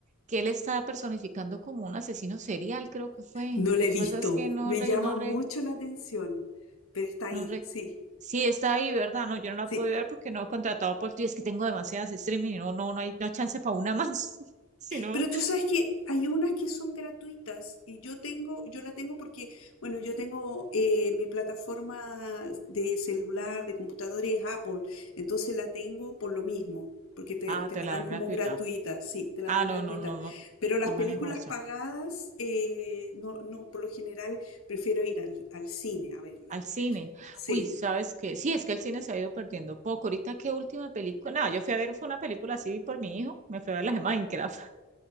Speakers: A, on the right (about 35°); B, on the left (about 80°).
A: que él estaba personificando como un asesino serial, creo que fue.
B: no la
A: Lo
B: he
A: que
B: visto,
A: pasa es que no,
B: me
A: re-
B: llama
A: no
B: mucho la atención, pero está ahí,
A: No re...
B: sí,
A: Sí, está ahí, ¿verdad? No, yo no la
B: sí.
A: puedo ver porque no he contratado por ti. Es que tengo demasiadas streaming y no, no, no hay, no hay chance para una más. <laughs> Si no.
B: Pero tú sabes que hay unas que son gratuitas y yo tengo, yo la tengo porque, bueno, yo tengo eh, mi plataforma de celular, de computadores Apple, entonces la tengo por lo mismo. Porque te,
A: Ah,
B: te
A: te
B: la
A: la
B: dan
A: dan
B: como
A: gratuita.
B: gratuita, sí, te la
A: Ah,
B: dan
A: no,
B: gratuita.
A: no, no, no, te-
B: Pero las
A: no manejo
B: películas
A: eso.
B: pagadas, eh, no, no, por lo general prefiero ir al, al cine a verlas.
A: Al cine.
B: Sí,
A: Uy, ¿sabes qué? Sí, es que el cine se ha ido perdiendo poco. Ahorita, ¿qué última película? No, yo fui a ver, fue una película así por mi hijo. Me fui a ver las de Minecraft.